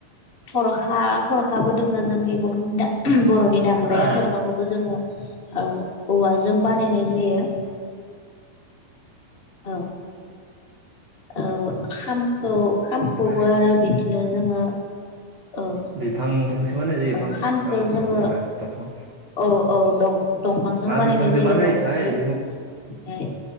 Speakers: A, on the left (about 65°); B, on the right (about 85°).
A: थरखा थरखाबो दोङो जोंनि बर'नि दा बर'नि दामग्राया
B: ओ
A: थरखाखौबो जोङो ओ औवाजों बानायनाय जायो औ ओ खामखौ खामखौबो
B: ओमफ्राय
A: आरो बिदिनो जोङो औ
B: बिफांजोंसो बानायनाय‌ जायो‌
A: ओ
B: फाम खामखौ
A: जोङो
B: जेनेबा दंफां
A: औ औ दं दंफांजों
B: मा
A: बानायनाय
B: बिफांजों
A: जायो
B: बानायोथाय
A: दंफांजों ओमफ्राय